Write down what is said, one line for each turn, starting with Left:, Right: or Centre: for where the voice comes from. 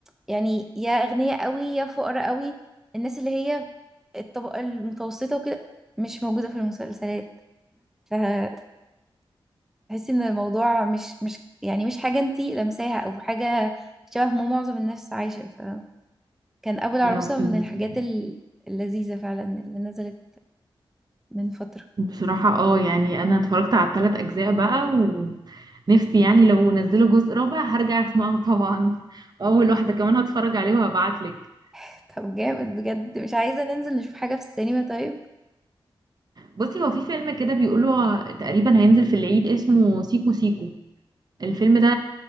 Centre: يعني يا أغنياء قوي يا فقراء قوي الناس اللي هي الطبقة المتوسطة وكده مش موجودة في المسلسلات فتحسي ان الموضوع مش مش يعني مش حاجة انتي لمساها او حاجة شبه ما معظم الناس عايشة فكان أبو العروسة
Right: ايوه فهمت
Centre: من الحاجات ال- اللذيذة فعلا اللي نزلت من فترة
Right: بصراحة اه يعني انا اتفرجت على الثلاث اجزاء بقى ونفسي يعني لو نزلوا جزء رابع هرجع اسمعه <laughs> طبعا واول واحدة كمان هتفرج عليه وهبعتلك
Centre: <laughs> طب جامد بجد مش عايزة ننزل نشوف حاجة في السينما طيب
Right: بصي هو في فيلم كده بيقولوا تقريبا هينزل في العيد اسمه سيكو سيكو الفيلم ده